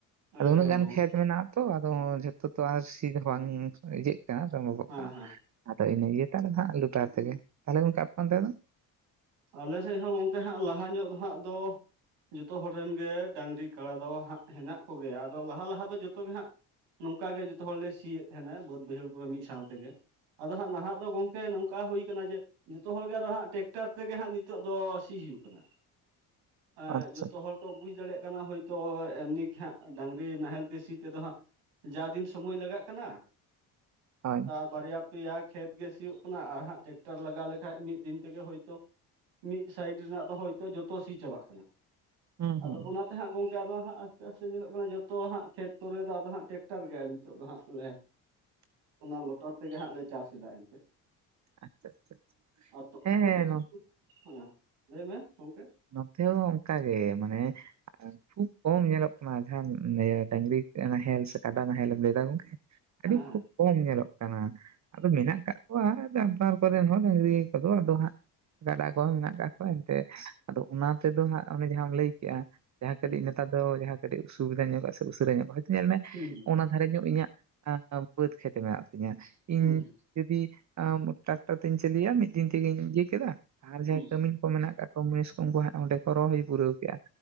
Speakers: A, on the right (about 40°); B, on the right (about 80°).
A: ᱟᱫᱚ
B: ᱮᱠᱫᱚᱢ
A: ᱩᱱᱟᱹᱜ ᱜᱟᱱ
B: ᱜᱚᱝᱠᱮ
A: ᱠᱷᱮᱛ ᱢᱮᱱᱟᱜ ᱛᱚ ᱟᱫᱚ ᱡᱷᱚᱛᱚ ᱛᱚ ᱟᱨ ᱥᱤ ᱦᱚᱸ ᱵᱟᱝ ᱤᱡᱟᱹᱜ ᱠᱟᱱᱟ ᱥᱚᱢᱵᱷᱚᱵᱚᱜ
B: ᱦᱮᱸ
A: ᱠᱟᱱᱟ
B: ᱦᱮᱸ
A: ᱾ ᱟᱫᱚ ᱤᱱᱟᱹ ᱤᱭᱟᱹ ᱛᱟᱦᱚᱞᱮ ᱫᱚ ᱦᱟᱸᱜ ᱞᱚᱴᱟᱨ ᱛᱮᱜᱮ ᱛᱟᱦᱚᱞᱮ ᱜᱚᱝᱠᱮ ᱟᱨ ᱚᱱᱛᱮᱸ ᱫᱚ
B: ᱟᱞᱮ ᱥᱮᱫ ᱦᱚᱸ ᱜᱚᱝᱠᱮ ᱦᱟᱸᱜ ᱞᱟᱦᱟ ᱧᱚᱜ ᱦᱟᱸᱜ ᱫᱚ ᱡᱚᱛᱚ ᱦᱚᱲ ᱨᱮᱱ ᱜᱮ ᱰᱟᱝᱨᱤ ᱠᱟᱲᱟ ᱫᱚ ᱦᱟᱸᱜ ᱦᱮᱱᱟᱜ ᱠᱚ ᱜᱮᱭᱟ ᱟᱫᱚ ᱞᱟᱦᱟ ᱞᱟᱦᱟ ᱫᱚ ᱡᱚᱛᱚ ᱜᱮ ᱦᱟᱸᱜ ᱱᱚᱝᱠᱟ ᱜᱮ ᱡᱚᱛᱚ ᱦᱚᱲᱞᱮ ᱥᱤᱭᱮᱫ ᱛᱟᱦᱮᱱᱟ ᱵᱟᱹᱫ ᱵᱟᱹᱭᱦᱟᱹᱲ ᱠᱚ ᱨᱮ ᱢᱤᱫ ᱥᱟᱶ ᱛᱮᱜᱮ ᱾ ᱟᱫᱚ ᱦᱟᱸᱜ ᱱᱟᱦᱟᱜ ᱫᱚ ᱜᱚᱝᱠᱮ ᱱᱚᱝᱠᱟ ᱦᱩᱭ ᱠᱟᱱᱟ ᱡᱮ ᱡᱚᱛᱚ ᱦᱚᱲᱜᱮ ᱟᱫᱚ ᱦᱟᱸᱜ ᱴᱮᱠᱴᱟᱨ ᱛᱮᱜᱮ ᱦᱟᱸᱜ ᱱᱤᱛᱚᱜ ᱫᱚ ᱥᱤ ᱦᱩᱭᱩᱜ ᱠᱟᱱᱟ ᱮᱸᱻ
A: ᱟᱪᱪᱷᱟ
B: ᱡᱚᱛᱚ ᱦᱚᱲ ᱠᱚ ᱵᱩᱡ ᱫᱟᱲᱮᱭᱟᱜ ᱠᱟᱱᱟ ᱦᱳᱭᱛᱳ ᱮᱢᱱᱤ ᱦᱟᱸᱜ ᱰᱟᱝᱝᱨᱤ ᱱᱟᱦᱮᱞ ᱛᱮ ᱥᱤ ᱛᱮᱫᱚ ᱦᱟᱸᱜ ᱡᱟ ᱫᱤᱱ ᱥᱚᱢᱚᱭ ᱞᱟᱜᱟᱜ ᱠᱟᱱᱟ
A: ᱦᱳᱭ ᱾
B: ᱛᱟᱨ ᱵᱟᱨᱭᱟ ᱯᱮᱭᱟ ᱠᱷᱮᱛ ᱜᱮ ᱥᱤᱭᱳᱜ ᱠᱟᱱᱟ ᱟᱨ ᱦᱟᱸᱜ ᱴᱮᱠᱴᱟᱨ ᱞᱟᱜᱟᱣ ᱞᱮᱠᱟᱡ ᱢᱤᱫ ᱫᱤᱱ ᱛᱮᱜᱮ ᱦᱚᱭ- ᱢᱤᱫ ᱥᱟᱭᱤᱰ ᱨᱮᱱᱟᱜ ᱫᱚ ᱦᱳᱭᱛᱳ ᱡᱚᱛᱚ ᱥᱤ ᱪᱟᱵᱟᱜ ᱠᱟᱱᱟ,
A: ᱦᱩᱸ
B: ᱟᱫᱚ
A: ᱦᱩᱸ
B: ᱚᱱᱟ ᱦᱟᱸᱜ ᱜᱚᱢᱠᱮ ᱟᱫᱚ ᱦᱟᱸᱜ ᱟᱥᱛᱮ ᱟᱥᱛᱮ ᱧᱮᱞᱚᱜ ᱠᱟᱱᱟ ᱡᱚᱛᱚ ᱦᱟᱸᱜ ᱠᱷᱮᱛ ᱠᱚᱨᱮ ᱫᱚ ᱟᱫᱚ ᱦᱟᱸᱜ ᱴᱮᱠᱴᱟᱨ ᱜᱮ ᱱᱤᱛᱚᱜ ᱫᱚ ᱦᱟᱸᱜ ᱞᱮ
A: <unintelligible>
B: ᱚᱱᱟ ᱞᱚᱴᱟᱨ ᱛᱮᱜᱮ ᱦᱟᱸᱜ ᱞᱮ ᱪᱟᱥ ᱮᱫᱟ ᱮᱱᱛᱮ ᱾
A: ᱟᱪᱪᱷᱟ ᱟᱪᱪᱷᱟ
B: ᱛᱚᱞᱟ
A: ᱦᱮᱸ
B: ᱠᱚᱛᱮ
A: ᱱᱚ
B: ᱥᱩᱫᱩ ᱦᱮᱸ ᱞᱟᱹᱭ ᱢᱮ ᱜᱚᱢᱠᱮ ᱾
A: ᱱᱚᱛᱮ ᱦᱚᱸ ᱚᱱᱠᱟ ᱜᱮ ᱢᱟᱱᱮ ᱠᱷᱩᱵ ᱠᱚᱢ ᱧᱮᱞᱚᱜ ᱠᱟᱱᱟ ᱡᱟᱦᱟᱸ ᱤᱭᱟᱹ ᱰᱟᱝᱨᱤ ᱱᱟᱦᱮᱞ ᱥᱮ ᱠᱟᱰᱟ ᱱᱟᱦᱮᱞ ᱮᱢ ᱞᱟᱹᱭᱫᱟ ᱜᱚᱝᱠᱮ ᱾ ᱟᱹᱰᱤ
B: ᱦᱮᱸ ᱦᱮᱸ
A: ᱠᱷᱩᱵ ᱠᱚᱢ ᱧᱮᱞᱚᱜ ᱠᱟᱱᱟ ᱟᱫᱚ
B: ᱦᱩᱸ
A: ᱢᱮᱱᱟᱜ ᱟᱠᱟ ᱠᱚᱣᱟ, ᱡᱟᱱᱛᱷᱟᱲ ᱠᱚᱨᱮᱱ ᱦᱚᱲ ᱰᱟᱝᱨᱤ ᱠᱚᱫᱚ ᱟᱫᱚ ᱦᱟᱸᱜ ᱠᱟᱰᱟ ᱠᱚᱦᱚᱸ ᱢᱮᱱᱟᱜ ᱟᱠᱟᱫ ᱠᱚᱣᱟ ᱾ ᱮᱱᱛᱮ ᱟᱫᱚ ᱚᱱᱟ ᱛᱮᱫᱚ ᱦᱟᱸᱜ ᱚᱱᱮ ᱡᱟᱦᱟᱸᱟᱢ ᱞᱟᱹᱭ ᱠᱮᱜᱼᱟ ᱡᱟᱦᱟᱸ ᱠᱟᱹᱴᱤᱡ
B: ᱦᱩᱸ
A: ᱱᱮᱛᱟᱨ ᱡᱟᱦᱟᱸ ᱠᱟᱹᱴᱤᱡ ᱚᱥᱩᱵᱤᱫᱟ ᱧᱚᱜᱼᱟ ᱥᱮ ᱩᱥᱟᱹᱨᱟ ᱧᱚᱜᱼᱟ ᱦᱚᱭᱛᱳ ᱧᱮᱞ ᱢᱮ
B: ᱦᱩᱸ
A: ᱚᱱᱟ ᱫᱷᱟᱨᱮ ᱧᱚᱜ ᱤᱧᱟᱹᱜ ᱵᱟᱹᱫᱽ ᱠᱷᱮᱛ ᱢᱮᱱᱟᱜ ᱛᱤᱧᱟᱹ ᱤᱧ
B: ᱦᱩᱸ
A: ᱡᱩᱫᱤ ᱟᱸ ᱴᱨᱟᱠᱴᱟᱨ ᱛᱤᱧ ᱪᱟᱹᱞᱩᱭᱟ ᱢᱤᱫ ᱫᱤᱱ ᱛᱮᱜᱮᱧ ᱤᱭᱟᱹ ᱠᱮᱫᱟ ᱟᱨ ᱡᱟᱦᱟᱸ
B: ᱦᱩᱸ ᱦᱩᱸ
A: ᱠᱟᱹᱢᱤ ᱢᱮᱱᱟᱜ ᱠᱟᱜ ᱠᱚ ᱩᱱᱠᱩ ᱦᱟᱸᱜ ᱚᱸᱰᱮ ᱠᱚ ᱨᱚᱦᱚᱭ ᱦᱩᱭ ᱯᱩᱨᱟᱹᱣ ᱠᱮᱜ-ᱟ